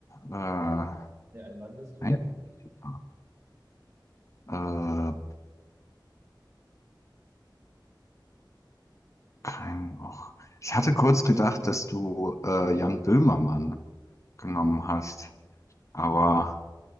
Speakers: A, on the left; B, on the right.
A: Äh,
B: Nee, ein Mann bist du
A: ein
B: nicht.
A: Politiker. Äh, Kein auch Ich hatte kurz gedacht, dass du äh, Jan Böhmermann genommen hast, aber